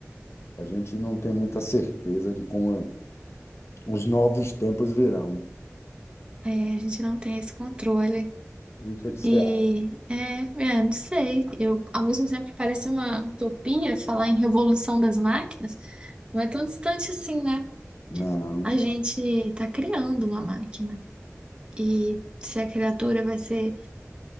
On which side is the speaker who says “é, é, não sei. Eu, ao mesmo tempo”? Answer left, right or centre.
Right